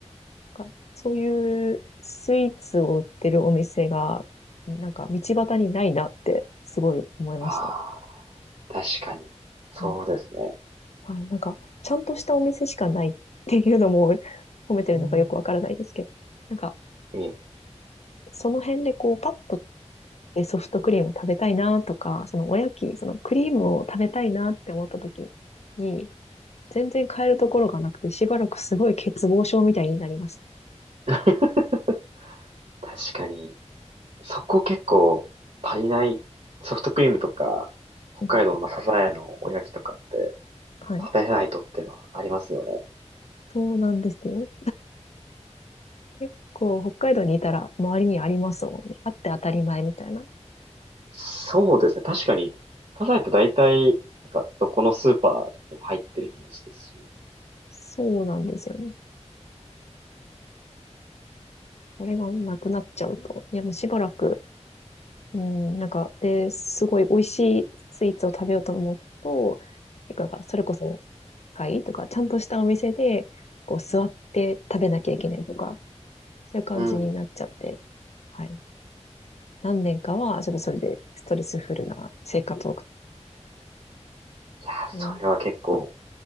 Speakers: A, on the left (about 65°); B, on the right (about 70°).
A: なんかそういうスイーツを売ってるお店が、なんか道端にないなってすごい思いました。
B: ああ、確かに。そうですね。
A: はいはいなんか、ちゃんとしたお店しかないっていうのも <laughs> 褒めてるのかよくわからないですけど、
B: うん。
A: なんか、
B: ええ。
A: その辺でこう、パッとで、ソフトクリーム食べたいなとか、そのおやき、そのクリームを食べたいなって思った時に、全然買えるところがなくて、しばらくすごい欠乏症みたいになりました。
B: <laughs> 確かに。そこ結構足りない。ソフトクリームとか、北海道のまあサザエのおやきとかって
A: うんはい。
B: 食べないとっていうのはありますよね。
A: そうなんですよ。結構北海道にいたら周りにありますもんね。あって当たり前みたいな。
B: そうですね。確かに、サザエって大体、なんか、どこのスーパーにも入ってるイメージですし。
A: そうなんですよね。あれがなくなっちゃうと、いやもうしばらくうん、なんか、で、すごい美味しいスイーツを食べようと思うと、結構やっぱそれこそ、高いとか、ちゃんとしたお店で、こう、座って食べなきゃいけないとか、そういう感じになっちゃって、
B: うん。
A: はい。何年かは、ちょっとそれでストレスフルな生活を送って、
B: いやー、
A: うん。
B: それは結構